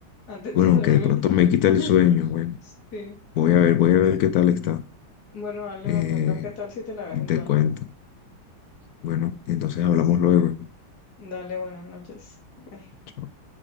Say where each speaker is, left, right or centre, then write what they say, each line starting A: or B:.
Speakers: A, on the left; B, on the left.
A: antes
B: bueno,
A: de dormir.
B: aunque de pronto me quita el
A: <laughs>
B: sueño, bueno,
A: Sí.
B: voy a ver, voy a ver qué tal está.
A: Bueno, dale,
B: Eh,
A: me cuentas qué tal si te la ves
B: y
A: entonces.
B: te cuento. Bueno, entonces hablamos luego.
A: Dale, buenas noches. Bye.
B: Chao.